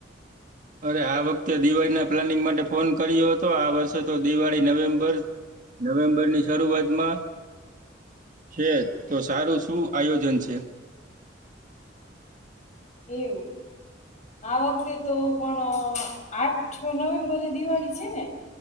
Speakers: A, on the right (about 45°); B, on the left (about 40°).
A: અરે આ વખતે દિવાળીના પ્લાનિંગ માટે ફોન કર્યો હતો. આ વર્ષે તો દિવાળી નવેમ્બર નવેમ્બર ની શરૂઆતમાં છે તો સારું શું આયોજન છે.
B: એવું આ વખતે તો પણ આઠ નવેમ્બરે દિવાળી છેને